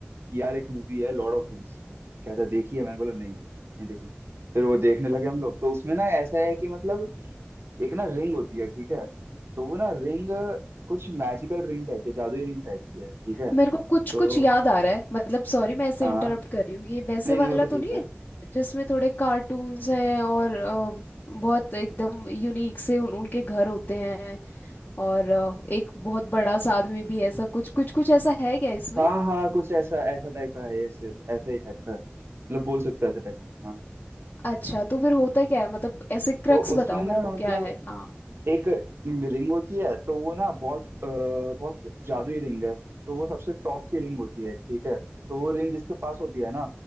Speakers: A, on the right; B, on the left.
A: कि यार एक मूवी है लॉर्ड ऑफ रिंग्स कहता देखी है मैंने बोला नहीं नहीं देखी फिर वो देखने लगे हम लोग तो उसमें ना ऐसा है कि मतलब एक ना रिंग होती है ठीक है तो वो ना रिंग कुछ मैजिकल रिंग टाइप की जादुई रिंग टाइप की है ठीक है
B: मेरे को कुछ
A: तो
B: कुछ याद आ रहा है मतलब सॉरी मैं ऐसे
A: हाँ
B: इंटरप्ट कर रही हूँ ये वैसे
A: नहीं
B: वाला
A: नहीं वो तो
B: तो
A: ठीक
B: नहीं
A: है
B: है जिसमें थोड़े कार्टून्स हैं और अ, बहुत एकदम यूनिक से उन, उनके घर होते हैं और अ, एक बहुत बड़ा सा आदमी भी है, ऐसा कुछ कुछ कुछ ऐसा है क्या इसमें
A: हाँ हाँ कुछ ऐसा ऐसा टाइप का है ऐसे ऐसा ही टाइप का है। मतलब बोल सकते हैं ऐसे टाइप का हाँ
B: अच्छा तो फिर होता क्या है मतलब ऐसे क्रक्स
A: तो उसमें
B: बताओ
A: ना
B: मेरे को
A: मतलब
B: क्या है हाँ
A: एक रिंग होती है तो वो ना बहुत अ, बहुत जादुई रिंग है तो वो सबसे टॉप की रिंग होती है ठीक है तो वो रिंग जिसके पास होती है ना